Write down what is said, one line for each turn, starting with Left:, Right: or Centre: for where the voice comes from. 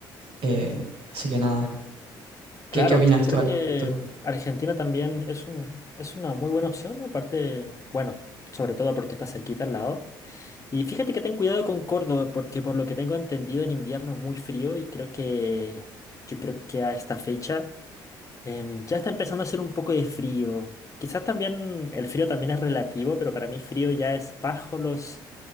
Right: eh, así que nada,
Left: Claro,
Right: ¿qué, qué opinas
Left: creo
Right: tú al
Left: que
Right: respecto?
Left: mm, Argentina también es un, es una muy buena opción, aparte, bueno, sobre todo porque está cerquita al lado. Y fíjate que ten cuidado con Córdoba, porque por lo que tengo entendido en invierno es muy frío y creo que yo creo que a esta fecha em, ya está empezando a hacer un poco de frío. Quizás también el frío también es relativo, pero para mí frío ya es bajo los